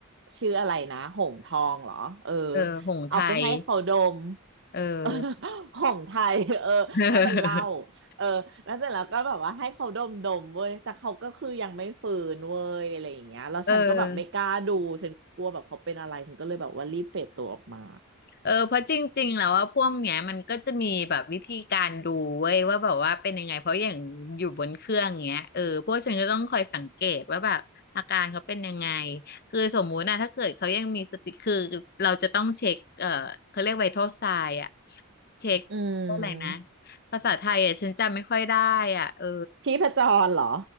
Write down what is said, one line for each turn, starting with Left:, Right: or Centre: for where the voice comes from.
Right: ชื่ออะไรนะหงทองเหรอเออ
Left: เออหงส์ไทย
Right: เอาไปให้เขาดม
Left: เออ
Right: <laughs> เออของไทยเออนั่นมันเหล้า
Left: <laughs>
Right: เออแล้วเสร็จแล้วก็แบบว่าให้เขาดมดมเว้ยแต่เขาก็คือยังไม่ฟื้นเว้ยอะไรอย่างเงี้ยแล้วฉันก็แบบไม่กล้าดูฉันกลัวแบบเขาเป็นอะไรฉันก็เลยแบบว่ารีบเฟดตัวออกมา
Left: เออเออเพราะจริงๆ แล้วว่าพวกเนี้ยมันก็จะมีแบบวิธีการดูเว้ยว่าแบบว่าเป็นยังไงเพราะอย่างอยู่บนเครื่องเงี้ยเออพวกฉันก็ต้องคอยสังเกตว่าแบบอาการเขาเป็นยังไงคือสมมุตินะถ้าเกิดเขายังมีสติคือเราจะต้องเช็คเออเขาเรียกไวทัลไซน์ เช็คอะไรนะ
Right: อืม
Left: ภาษาไทยอ่ะฉันจำไม่ค่อยได้อ่ะเออ
Right: พี่พจรเหรอ